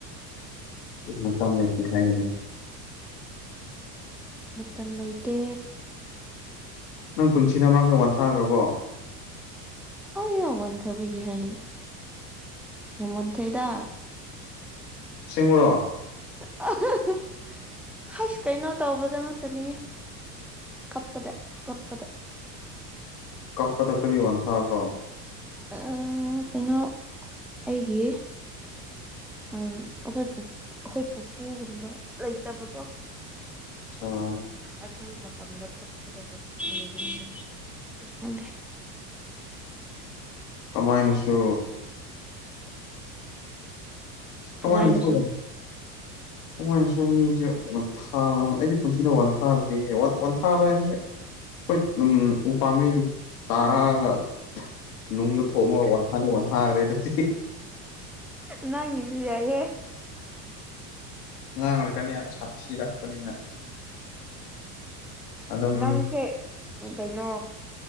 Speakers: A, on the left (about 70°); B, in the centre.
A: ꯏ꯭ꯍ ꯃꯇꯝ ꯂꯩꯇꯦ ꯍꯥꯏꯌꯦꯅꯦ
B: ꯃꯇꯝ ꯂꯩꯇꯦ
A: ꯅꯪ ꯄꯨꯟꯁꯤꯗ ꯑꯃꯔꯛ ꯈꯔ <unintelligible> ꯋꯥꯟꯊꯈ꯭ꯔꯕꯣ
B: ꯑꯧꯌꯥ ꯋꯥꯟꯊꯕꯒꯤ ꯍꯥꯏꯅꯦ ꯌꯥꯝ ꯋꯥꯟꯊꯩꯗ
A: ꯑꯁꯦꯡꯕꯔꯣ
B: ꯑ ꯍꯥꯏꯁ ꯀꯩꯅꯣ ꯇꯧꯕꯗ ꯉꯥꯛꯇꯅꯤꯍꯦ ꯀꯞꯄꯗ ꯀꯞꯄꯗ
A: ꯀꯞꯄꯗ ꯀꯔꯤ ꯋꯥꯟꯊꯕ꯭ꯔꯣ
B: ꯑꯩ ꯀꯩꯅꯣ ꯑꯩꯒꯤ ꯑ ꯑꯩꯈꯣꯏ ꯑꯩꯈꯣꯏ ꯄꯨꯄꯨꯒꯨꯝꯕ ꯂꯩꯇꯕꯗꯣ
A: ꯑꯆꯥ
B: ꯑꯗꯨ ꯃꯇꯝꯗ ꯀꯞꯄꯗ ꯋꯥꯟꯊ <unintelligible> ꯑꯩꯁꯨ ꯈꯪꯗꯦ
A: ꯀꯃꯥꯏꯅꯁꯨ ꯀꯃꯥꯏꯅ
B: ꯀꯃꯥꯏꯅꯁꯨ
A: ꯁꯤ ꯀꯃꯥꯏꯅ ꯁꯨ ꯃꯤꯁꯦ ꯋꯥꯟꯊ ꯍ <unintelligible> ꯑꯩꯗꯤ ꯄꯨꯟꯁꯤꯗ ꯋꯥꯟꯊꯗꯔꯤꯌꯦ ꯋꯥꯟꯊꯥꯕ ꯍꯥꯏꯕꯁꯦ ꯍꯏ ꯎꯝ ꯎ ꯄꯥꯝꯕꯤꯗꯒꯤ ꯇꯥꯔꯛꯑꯒ ꯅꯨꯡꯗ ꯊꯣꯝꯃꯒ ꯋꯥꯟꯊꯥꯗꯤ ꯋꯥꯟ ꯊꯥꯈ꯭ꯔꯦ ꯗꯨꯗꯤ
B: ꯅꯪꯒꯤꯁꯨ ꯌꯥꯏꯍꯦ
A: ꯑꯉꯥꯡ ꯑꯣꯏꯔꯤꯀꯟ ꯌꯥꯝ ꯁꯥꯊꯤꯔꯛꯄꯅꯤꯅ ꯑꯗꯨꯝ
B: ꯅꯪꯁꯦ ꯎꯝ ꯀꯩꯅꯣ